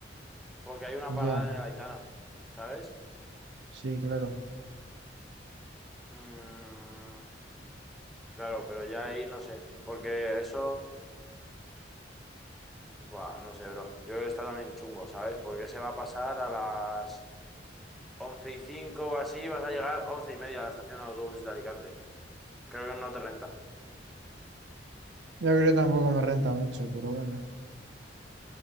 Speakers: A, in the centre; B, on the right.
A: Porque hay una
B: ya,
A: parada en el Aitana, ¿sabes?
B: sí, claro.
A: Mm, claro, pero ya ahí no sé. Porque eso, fua, no sé, bro. Yo creo que está también chungo, ¿sabes? Porque se va a pasar a las once y cinco o así, vas a llegar once y media a la estación de autobuses de Alicante. Creo que no te renta.
B: Yo creo que tampoco me renta mucho, pero bueno.